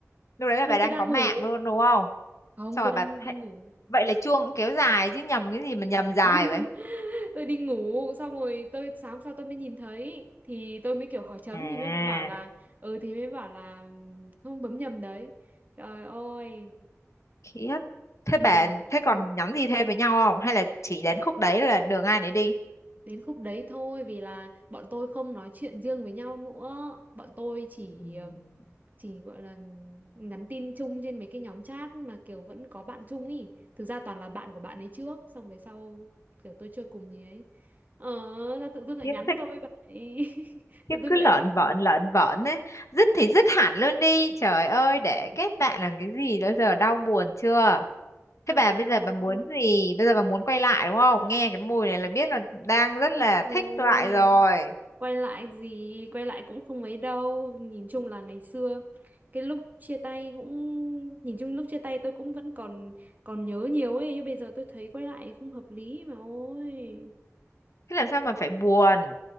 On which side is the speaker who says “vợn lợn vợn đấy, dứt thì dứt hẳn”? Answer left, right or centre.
Left